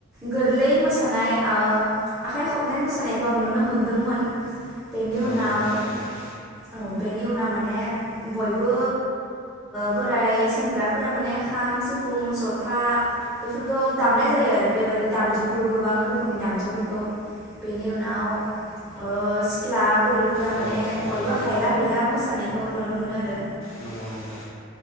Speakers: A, in the centre; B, on the left.
A: गोरलै मोसानाकय आखाइ खबनाय मोसानायखौ आं नुनो मोनो मोनदोंमोन बेनि उनाव
B: औ थारैनो
A: औ बेनि उनाव माने बयबो बोराय सेंग्राफोरा माने खाम सिफुं जथा बेफोरखौ दामनाय जायो आरो बेबादि दामजुफोरखौ गोबां रोखोमनि दामजुफोरखौ बेनि उनाव ओ सिख्ला बुरैफोरा
B: औ
A: माने
B: थारैनो
A: बयबो हायला हुला मोस मोसानायखौ नुनो मोनो आरो
B: नंगौ नंगौ